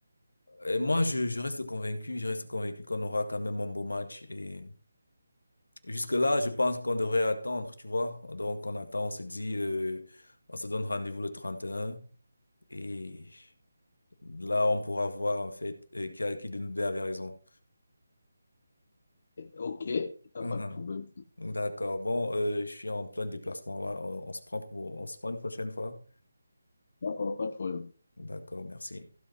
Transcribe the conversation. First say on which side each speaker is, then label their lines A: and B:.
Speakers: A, on the left; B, on the left.
A: Et moi, je, je reste convaincu, je reste convaincu qu'on aura quand même un beau match et. Jusque-là, je pense qu'on devrait attendre, tu vois. Donc, on attend, on se dit, euh, on se donne rendez-vous le 31 et un et là, on pourra voir, en fait, euh, qui a, qui de nous deux avait raison.
B: OK, pas
A: Mhm.
B: de problème.
A: D'accord. Bon, euh, je suis en plein déplacement là. On, on se prend pour, on se prend une prochaine fois.
B: Pas de problème.
A: D'accord, merci.